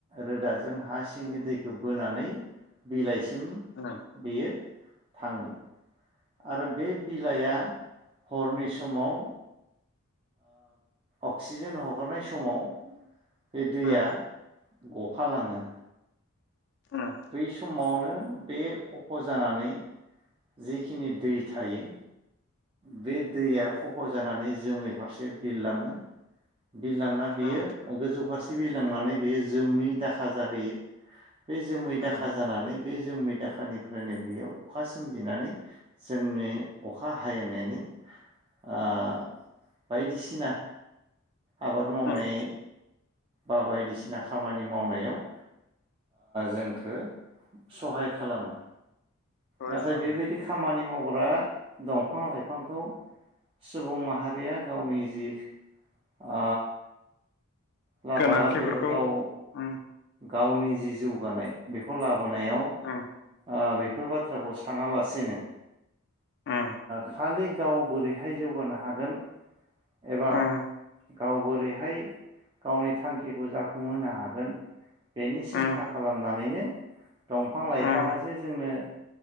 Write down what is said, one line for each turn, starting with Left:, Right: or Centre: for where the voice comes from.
Right: रोदाजों हा सिंनि दैखौ बोनानै बिलाइसिम
Left: <inaudible>
Right: बेयो थाङो। आरो बे बिलाइआ हरनि समाव अक्सिजेन हगारनाय समाव बे दैया
Left: उम
Right: गफालाङो-
Left: उम
Right: बै समावनो बे खफ' जानानै जिखिनि दै थायो बे दैया खफ' जानानै जोमै फारसे बिरलाङो। बिरलांना बेयो
Left: उम
Right: गोजौ फारसे बि लांनानै बेयो जोमै दाखा जाहैयो बे जोमै दाखा
Left: उम
Right: जानानै बे जोमै दाखानिफ्रायनो बेयो अखा सोमजिनानै जोंनि अखा बाहायनायनि ओ बायदिसिना आबाद मावनाय
Left: उम
Right: बा बायदिसिना खामानि मावनायाव जोंखो सहाय खालामो
Left: सहाय
Right: नाथाय
Left: खालामो
Right: बेबायदि खामानि मावग्रा दंफां लाइफांखौ सुबुं माहारिया गावनि जि ओ लाबालाब
Left: गोनांथिफोरखौ
Right: एबा गाव
Left: उ
Right: गावनि जि जौगानाय बेखौ लाबोनायाव
Left: उम
Right: ओ बेफोर बाथ्राखौ साना लासेनो
Left: उम
Right: खालि गाव बोरैहाय जौगानो हागोन एबा
Left: उम
Right: गाव बोरैहाय गावनि थांखिखौ जाफुंहोनो हागोन बेनि सिन्था
Left: उम उम
Right: खालामनानैनो दंफां लाइफाङा
Left: उम
Right: जे जोंनो